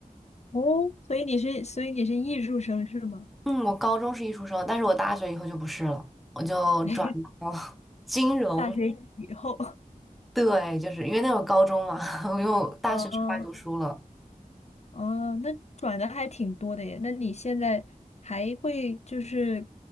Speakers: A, on the left (about 50°); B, in the centre.
A: 哦，所以你是所以你是艺术生是吗？
B: 嗯，我高中是艺术生，但是我大学以后就不是了，我就转到了
A: <laughs>
B: <laughs> 金融。
A: 大学以后，
B: 对，就是因为那会高中嘛，<laughs> 因为我大学出来读书了。
A: <laughs> 哦哦，那转的还挺多的耶。那你现在还会就是